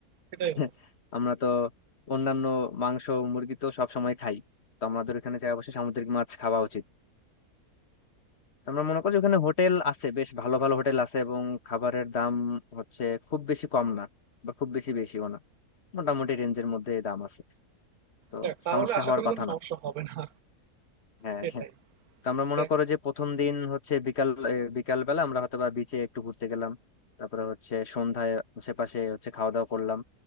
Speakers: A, on the right; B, on the left.
A: সেটাই
B: <laughs>
A: বন্ধু।
B: আমরা তো অন্যান্য মাংস মুরগি তো সবসময় খাই তো আমাদের ওখানে চাই অবশ্যই সামুদ্রিক মাছ খাওয়া উচিত তো আমরা মনে করি যে ওখানে হোটেল আছে বেশ ভালো ভালো হোটেল আছে এবং খাবারের দাম হচ্ছে খুব বেশি কম না বা খুব বেশি বেশিও না মোটামুটি রেঞ্জের মধ্যে দাম আছে তো
A: যাক, তাহলে
B: সমস্যা
A: আশা
B: হওয়ার
A: করি
B: কথা
A: কোনো সমস্যা
B: না
A: হবে না
B: হ্যাঁ
A: সেটাই
B: হ্যাঁ তো আমরা মনে
A: দেখা
B: করো যে প্রথম দিন হচ্ছে বিকাল বিকাল বেলা আমরা হয়তো বা বিচে একটু ঘুরতে গেলাম তারপরে হচ্ছে সন্ধ্যায় আশেপাশে হচ্ছে খাওয়া দাওয়া করলাম